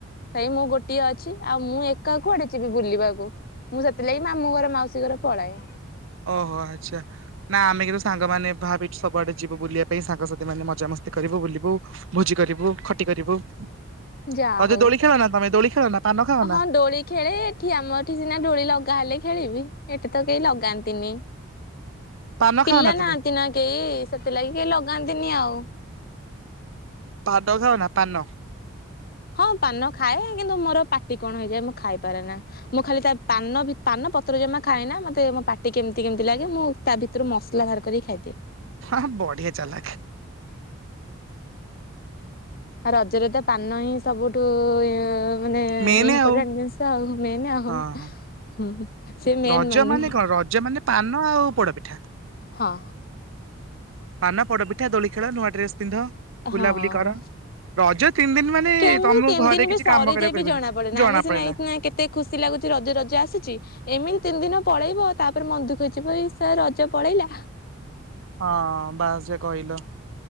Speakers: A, on the left (about 45°); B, on the right (about 70°).
A: ସେଇ ମୁଁ ଗୋଟିଏ ଅଛି ଆଉ ମୁଁ ଏକା କୁଆଡେ ଯିବି ବୁଲିବାକୁ? ମୁଁ ସେଥିଲାଗି ମାମୁ ଘରେ ମାଉସୀ ଘରେ ପଳାଏ।
B: ଓହୋ ଆଚ୍ଛା। ନା ଆମେ କିନ୍ତୁ ସାଙ୍ଗମାନେ ଭାବିଛୁ ସବୁଆଡେ ଯିବୁ ବୁଲିବା ପାଇଁ ସାଙ୍ଗସାଥି ମାନେ ମଜାମସ୍ତି କରିବୁ ବୁଲିବୁ। ଭୋଜି କରିବୁ ଖଟି କରିବୁ ଆଉ
A: ଯାହା ହଉ
B: ଯୋଉ ଦୋଳି ଖେଳ ନା ତମେ, ଦୋଳି ଖେଳ ନା ପାନ ଖାଅ
A: ହଁ
B: ନା?
A: ଦୋଳି ଖେଳେ ଏଠି ଆମର ଏଠି ସିନା ଡୋଳି ଲଗା ହେଲେ ଖେଳିବି ଏଠି ତ କେଇଲଗାନ୍ତନି।
B: ପାନ
A: ପିଲା
B: ଖାଅ ନା ତୁମେ?
A: ନାହାନ୍ତି ନା କେଇ ସେଥିଲାଗି ଲାଗି କେହି ଲଗାନ୍ତିନି ଆଉ।
B: ପାଦ ଖାଅନା ପାନ?
A: ହଁ ପାନ ଖାଏ କିନ୍ତୁ ମୋର ପାଟି କଣ ହେଇଯାଏ ମୁଁ ଖାଇପାରେ ନା। ମୁଁ ଖାଲି ତା ପାନ ଭି ପାନ ପତ୍ର ଜମା ଖାଏନା। ମତେ ମୋ ପାଟି କେମ୍ତି କମ୍ତି ଲାଗେ ମୁଁ ତା ଭିତ ତୁରୁ ମସ୍ଲା ଭାର କରିକି ଖାଇଦିଏ।
B: ହଁହଁ ବଢିଆ ଚାଲଖେ।
A: ଆ ରଜରେ ତ ପାନ ହିଁ ସବୁଠୁ ଏଁ ମାନେ
B: ମେନେ
A: ଇମ୍ପୋଟାଣ୍ଟ
B: ଆଉ
A: ଡିନ୍ଷ ଆଉ ମେନେ ଆଉ।
B: ହଁ।
A: ହଁ ସେ ମେନ
B: ରଜ
A: ମନନୁ
B: ମାନେ କଣ ରଜ ମାନେ ପାନ ଆଉ ପୋଡପିଠା
A: ହଁ।
B: ପାନ ପୋଡପିଠା ଦୋଳି ଖେଳ ନୂଆ ଡ୍ରେସ ପିନ୍ଧ। ବୁଲାବୁଲି
A: ହଁ।
B: କର ରଜ ତିନି ଦିନ ମାନେ
A: କେମିତି
B: ତମକୁ
A: ତିନି
B: ଘରେ
A: ଦିନ
B: କିଛି
A: ବି ସରେ
B: କାମ କରିବାକୁ
A: ଯାଇ ବିି
B: କହିବେନି।
A: ଜଣା ପଡେନ ଆମେ
B: ପଡିଲା
A: ସିନା ସିନା କେତେ ଖୁସି ଲାଗୁଚି ରଜ ରଜ ଆସିଛି। ଏମିତି ତିନି ଦିନ ପଳେଇବ ତାପରେ ମନ୍ଦୁଖ ହେଇ ସ ରଜ ପଳେଇଲା।
B: ହଁ ବାସ୍ ଯେ କହିଲ।